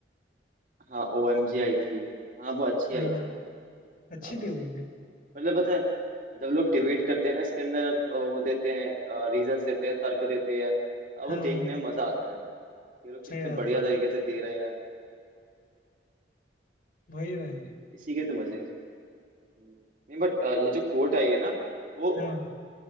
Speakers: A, on the right; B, on the left.
A: हाँ ओ एम जी आई थी हाँ वो अच्छी
B: हाँ
A: आई थी
B: अच्छी
A: काफी
B: थी
A: सही
B: वो
A: है
B: भी
A: मतलब पता है जब लोग डिबेट करते हैं ना इसके अंदर अ, वो देते हैं रीजंस देते हैं तर्क देते हैं अब
B: हाँ
A: वो देखने में मजा आता है ये लोग कितने
B: सही बात
A: बढ़िया
B: है
A: तरीके से दे रहे हैं
B: वही भाई
A: तो इसी के तो मजे हैं इसमें हम्म। नहीं बट ये जो कोर्ट आई है ना वो
B: हाँ